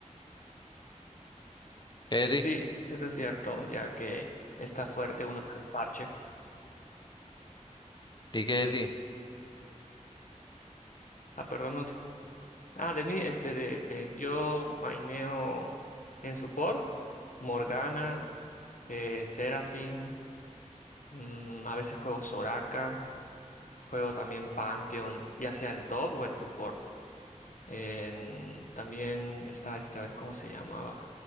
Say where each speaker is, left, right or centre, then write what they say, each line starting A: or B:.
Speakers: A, on the left; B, on the left.
A: ¿Qué de
B: Sí, eso es cierto, ya que está fuerte uno en el parche.
A: ti? ¿Y qué de ti?
B: Ah, perdón. no te- Ah, de mí, este, de, eh, yo maineo en support, Morgana, eh, Seraphine, mm, a veces juego Soraka. Juego también Pantheon, ya sea en top o en support. En- también está esta vez, ¿cómo se llamaba?